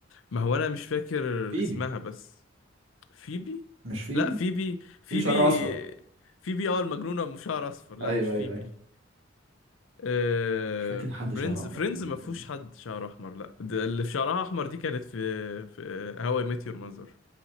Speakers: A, on the left (about 75°); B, on the right (about 75°).
A: ما هو انا مش فاكر
B: فيبي
A: اسمها بس فيبي
B: مش فيبي
A: لا فيبي فيبي
B: فيبي شعرها اصفر
A: فيبي اه المجنونة بشعر اصفر لا
B: ايوه
A: مش فيبي
B: ايوه ايوه
A: آه،
B: مش فاكر
A: فريندز
B: حد شعره احمر
A: فريندز
B: في بيج
A: ما فيهوش
B: بانج
A: حد شعره احمر لا ده اللي في شعرها احمر دي كانت في في هواي ميت يور ماذر